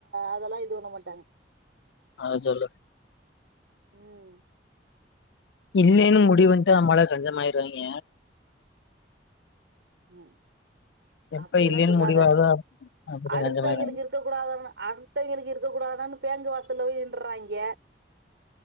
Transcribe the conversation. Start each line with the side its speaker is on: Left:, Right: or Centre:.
Right: அதெல்லாம் இது பண்ண மாட்டாங்க
Left: அத சொல்லு
Right: உம்
Left: இல்லலைன்னு முடிவுன்ட்டு நம்மள கஞ்சமாயிருவாங்க
Right: உம்
Left: எப்ப
Right: அப்படியெல்லாம்
Left: இல்லேன்னு
Right: சொல்லாத
Left: முடிவாகுதோ அப்ப
Right: அடுத்தவங்களுக்கு
Left: கஞ்சமாயிருவாய்ங்க
Right: இருக்கக்கூடாத அடுத்தவங்களுக்கு இருக்கக்க கூடாத என்னனு பேங்கு வாசலய் நின்றாங்க